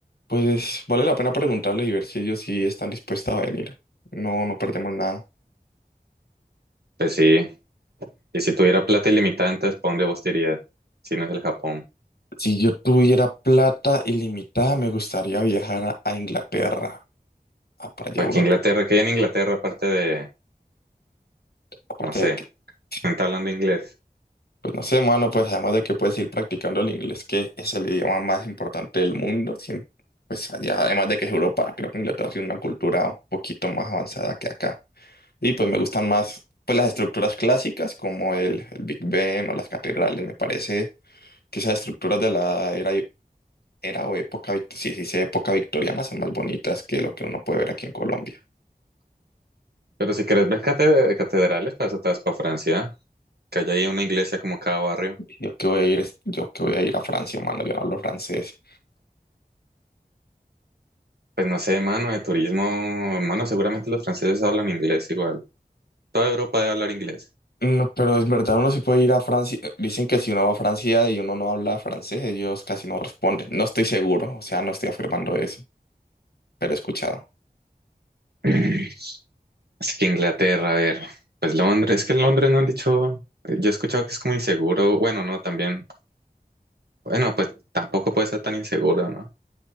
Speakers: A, on the left; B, on the right.
A: pues, vale la pena preguntarles y ver si ellos sí están dispuestos a venir. No, no perdemos nada.
B: Pues sí. Y si tuviera plata ilimitada, entonces, ¿para dónde vos te irías? Si no es el Japón.
A: Si yo tuviera plata ilimitada, me gustaría viajar a, a Inglaterra, a, para allá
B: Para
A: a Europa.
B: que Inglaterra, que hay en Inglaterra, aparte de,
A: Aparte
B: no sé,
A: de que <laughs>
B: no te hablan de inglés.
A: Pues no sé, mano, pues además de que puedes ir practicando el inglés, que es el idioma más importante del mundo, sien- pues allá, además de que es Europa, creo que Inglaterra tiene una cultura un poquito más avanzada que acá. Y pues me gustan más pues las estructuras clásicas como el, el Big Ben o las catedrales, me parece que esas estructuras de la era, era o época, vict- sí, sí, sí, época victoriana son más bonitas que lo que uno puede ver aquí en Colombia.
B: Pero si quieres ver cate- catedrales, para eso te vas para Francia, que haya ahí una iglesia como cada barrio.
A: Yo que voy a ir, es- yo que voy a ir a Francia, mano, yo no hablo francés.
B: Pues no sé, mano, de turismo, mano, seguramente los franceses hablan inglés igual. Toda Europa debe hablar inglés.
A: No, pero es verdad, uno sí puede ir a Francia. eh, Dicen que si uno va a Francia y uno no habla francés, ellos casi no responden. No estoy seguro, o sea, no estoy afirmando eso, pero he escuchado.
B: <clears throat> Así que Inglaterra, a ver, pues Londres, es que Londres no han dicho, eh, yo he escuchado que es como inseguro, bueno, no, también, bueno, pues tampoco puede ser tan inseguro, ¿no?